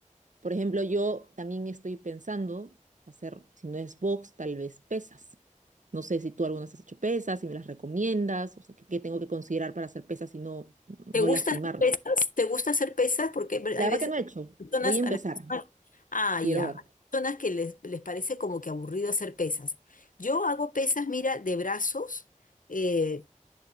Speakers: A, on the right; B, on the left.
A: por ejemplo, yo también estoy pensando hacer, si no es box, tal vez pesas. No sé si tú alguna vez has hecho pesas, si me las recomiendas, o sea, qué qué tengo que considerar para hacer pesas y no,
B: ¿Te
A: no
B: gusta
A: lastimarme.
B: hacer pesas? ¿Te gusta hacer pesas? Porque
A: La
B: hay
A: verdad
B: veces
A: que no he hecho.
B: personas
A: Voy a empezar.
B: a las personas, ah,
A: Quiero
B: ya,
A: ver.
B: hay personas que les, les parece como que aburrido hacer pesas. Yo hago pesas, mira, de brazos eh,